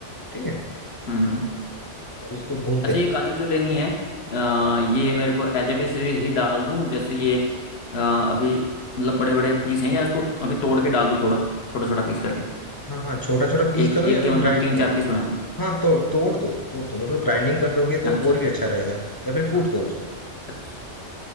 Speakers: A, on the left (about 30°); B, on the left (about 60°).
A: ठीक है
B: हम्म हम्म।
A: और उसको भूनते
B: अच्छा
A: रहो
B: ये काजू जो लेनी है अ, ये मेरे को एज इट इज ही डाल दूं जैसे ये अ, अभी मतलब बड़े बड़े पीस हैं या इसको अभी तोड़ के डाल दूं थोड़ा छोटा छोटा पीस करके
A: हाँ हाँ छोटा छोटा पीस
B: एक
A: कर दो
B: एक
A: या फिर
B: के मतलब
A: ग्राइंडिंग
B: तीन
A: कर
B: चार
A: दो
B: पीस बना दूं
A: हाँ तोड़ तोड़ दो तोड़ दो मतलब ग्राइंडिंग कर दोगे तो
B: अच्छा
A: और
B: अच्छा
A: भी अच्छा रहेगा
B: तो
A: या फिर कूट
B: हाँ
A: दो उसको
B: अच्छा